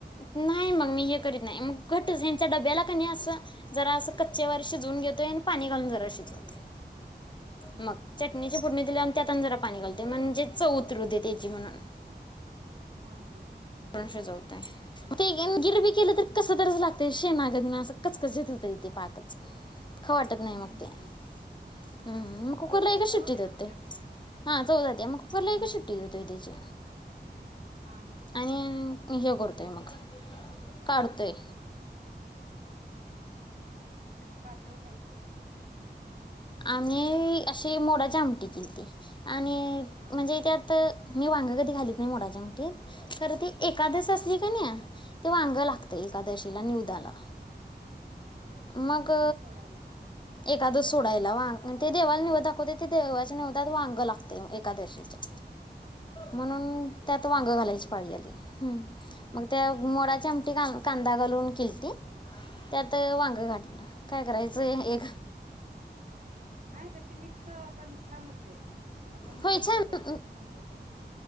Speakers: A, on the left (about 25°); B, on the right (about 45°).
A: नाही मग मी हे करीत नाही. मग घटच ह्यांचा डब्याला क नई असं जरा अस कच्चेवार शिजवून घेतोय आणि पाणी घालून जरा शिजवतोय.
B: हम्म
A: मग
B: हम्म
A: चटणीचे फोडणी दिले आणि त्यातन जरा पाणी घालत ते म्हणजे चव उतरु दे तेजी म्हणून.
B: हा, हा.
A: काय शिजवताय? ते गिरवी
B: हा हा
A: केलं तर कसं तर लाग ते शेनागत मग कच कचित होतंय ते पाकच. खाऊ वाटत नाही
B: हम्म
A: मग ते
B: हम्म
A: मग. हं कुकरला
B: चव जाते
A: एकच शिट्टी
B: हो लय
A: देते.
B: शिजल्यामुळं
A: हा चव जातीया मग कुकरला एकच
B: हा
A: सुुट्टी देतोय त्याची.
B: हा, हा.
A: आणि हे करतय म काढतोय.
B: आणि पातळ काय केलंय?
A: आम्ही अशी मोडाची आमटी केलती. आणि
B: हा
A: म्हणजे
B: हा
A: त्यात मी वांग कधी घालीत नाही मोडाच्या आमटीत. खरं ती
B: हा
A: एखकादस असली क नई ते वांग लागत
B: हा
A: एकादशी ला निवदाला.
B: हा, हा
A: मग
B: एकादस सोडायला?
A: एकादस सोडायला वांग ते देवाला निवद दाखवते ते देवाच्या निवदात वांग लागते मग एकादशीच्या. म्हणून
B: हा हा
A: त्यात वांग घालाय आज पाळी आली हं. मग त्या
B: हा
A: मोडाच्या
B: हा
A: आमटी घा कांदा घालून केलती त्यात
B: हा
A: वांग
B: हा
A: घाठलं काय करायचं एक.
B: हा हा नाही तशी मिक्स पण छान होते. आपण भोगीला
A: होय छान
B: करत नाही का, संक्रांतीला